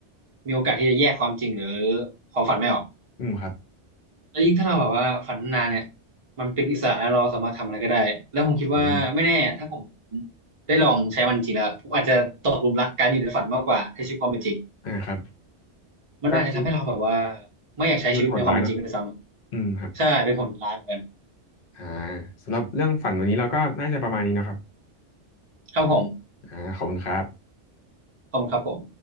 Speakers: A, on the right (about 35°); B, on the left (about 55°).
A: มีโอกาสที่จะแยกความจริงหรือความฝันไม่ออก
B: อืมครับ
A: แล้วยิ่งถ้าเราแบบว่าฝันนานเนี่ยมันเป็นอิสระแล้วเราสามารถทำอะไรก็ได้แล้วผมคิดว่าไม่แน่ถ้าผม
B: อืม
A: ได้ลองใช้มันจริงแล้วผมอาจจะตกหลุมรักการอยู่ในฝันมากกว่าใช้ชีวิตความเป็นจริง
B: อ่าครับ
A: มันอาจจะทำให้เราแบบว่า
B: ก็ชีวิต
A: ไม่อยากใช้ชีวิตในความเป็นจริงด้วยซ้ำใช่เป็นผลร้ายเหมือนกัน
B: มันโหดร้ายเนาะอืมครับอ่าสำหรับเรื่องฝันวันนี้เราก็น่าจะประมาณนี้เนอะครับ
A: ครับผม
B: อ่าขอบคุณครับ
A: ขอบคุณครับผม